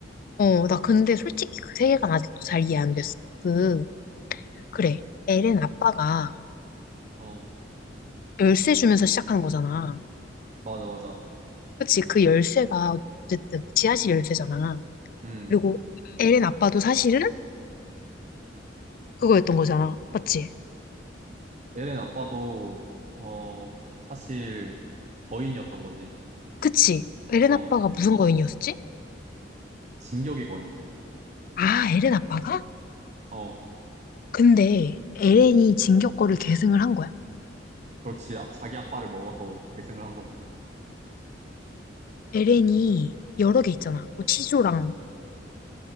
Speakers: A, on the left; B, on the right.
A: 어, 나 근데 솔직히 그 세계관 아직도 잘 이해 안 됐어. 그, 그래. 엘렌 아빠가
B: 어,
A: 열쇠 주면서 시작한 거잖아.
B: 맞아, 맞아.
A: 그치? 그 열쇠가 어쨌든 지하실 열쇠잖아.
B: 음,
A: 그리고 엘렌 아빠도 사실은 그거였던 거잖아. 맞지?
B: 에렌 아빠도 어, 사실 거인이었던 거지.
A: 그치? 엘렌
B: 어,
A: 아빠가 무슨 거인이었지?
B: 진격의 거인.
A: 아, 엘렌 아빠가?
B: 어.
A: 근데 엘렌이 진격거를 계승을 한 거야?
B: 그렇지. 아, 자기 아빠를 먹어서 계승을 한 거지.
A: 엘렌이 여러 개 있잖아. 뭐 치조랑